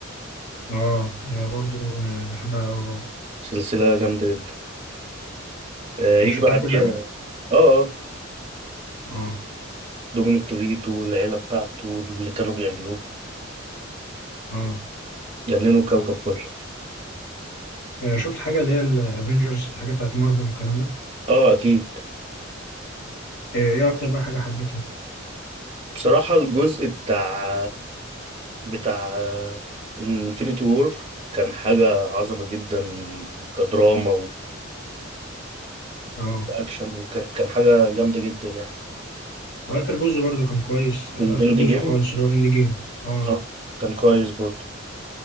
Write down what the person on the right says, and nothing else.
سلسلة جامدة جدا آه يجي
بعديها
اه اه
دومينيك توريتو والعيلة بتاعته اللي كانوا بيعملوه
جننوا الكوكب كله
اه اكيد
بصراحة الجزء بتاع بتاع انفينيتي وور كان حاجة عظمة جدا كدراما
وكأكشن وكان كان حاجة جامدة جدا يعني
الإند
جيم
آه، كان كويس برضه